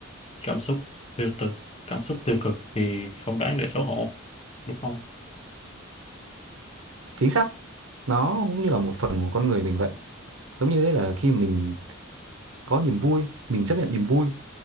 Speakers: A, on the left; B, on the right.
A: Cảm xúc tiêu cực, cảm xúc tiêu cực thì không đáng để xấu hổ, đúng không?
B: chính xác nó cũng như là một phần của con người mình vậy giống như ấy là khi mình có niềm vui mình chấp nhận niềm vui